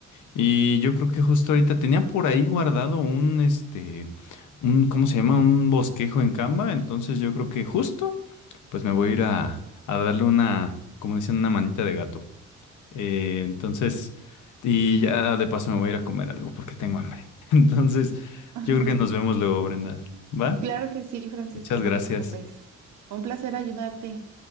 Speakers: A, on the left (about 75°); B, on the right (about 75°).
A: Y yo creo que justo ahorita tenía por ahí guardado un, este, un, ¿cómo se llama? Un bosquejo en Canva. Entonces yo creo que justo, pues me voy a ir a, a darle una, como dicen, una manita de gato. Eh, entonces, y ya de paso me voy a ir a comer algo porque tengo hambre. <laughs> Entonces,
B: <laughs>
A: yo creo que nos vemos luego, Brenda. ¿Va?
B: Claro que sí, Francisco,
A: Muchas
B: no
A: gracias.
B: te preocupes. Un placer ayudarte.